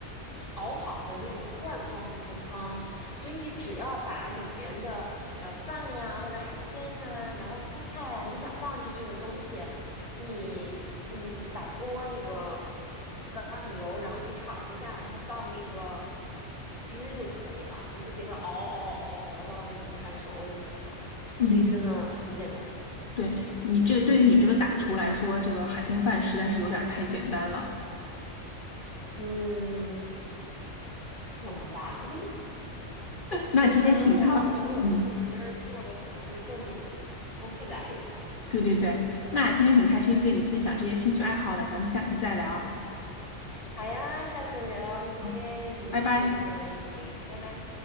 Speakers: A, on the left; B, on the left.
A: 熬好的那种罐儿装的一个汤，所以你只要把里面的呃饭啊或者海鲜啊，然后蔬菜啊，你想放进去的东西，你嗯把锅那个放上油，然后你炒一下，然后倒那个汁就可以了，你就给它熬熬熬熬到那个米饭熟就可以了。
B: 嗯。
A: 所以真的很简单。
B: 对你这对于你这个大厨来说，这个海鲜饭实在是有点儿太简单了。
A: 嗯，可能吧，<laughs>
B: 那今天挺高，
A: 因为可能我我觉得我平时做的可能会更更复杂一些。
B: 嗯，对对对，那今天挺开心跟你分享这些兴趣爱好的，咱们下次再聊，
A: 好呀，下次聊一些你喜欢做的事情，
B: 好，拜拜。
A: 拜拜。